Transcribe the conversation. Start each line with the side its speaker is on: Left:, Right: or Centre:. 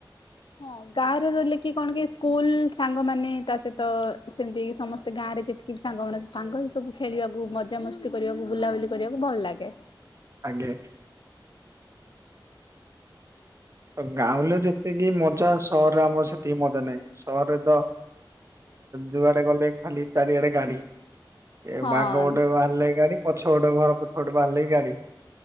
Left: ହଁ ଗାଁରେ ରହିଲେ କି କଣ କି ସ୍କୁଲ ସାଙ୍ଗମାନେ ତା ସହିତ ସେମିତି ସମସ୍ତେ ଗାଁରେ ଯେତିକି ବି ସାଙ୍ଗମାନୋନ ସାଙ୍ଗ ଏ ସବୁ ଖେଳିବାକୁ ମଜାମସ୍ତି କରିବାକୁ ବୁଲାବୁଲି କରିବାକୁ ଭଲ ଲାଗେ
Right: ଆଜଞେ ଗାଁରେ ଯେତିକି ମଜା ସହରରେ ଆମର ସେତିକି ମଜା ନାହିଁ ସହରରେ ତ ଯୁଆଡେ ଗଲେ ଖାଲି ଚାରିଆଡେ ଗାଡି ଏ
Left: ହଁ
Right: ବାଘ ଗୋଟେ ବାହାରିଲେ ଗାଡି ପଛ ଗୋଟେ ଘର ପଛ ଗଟେ ବାହାରିଲେ ଗାଡି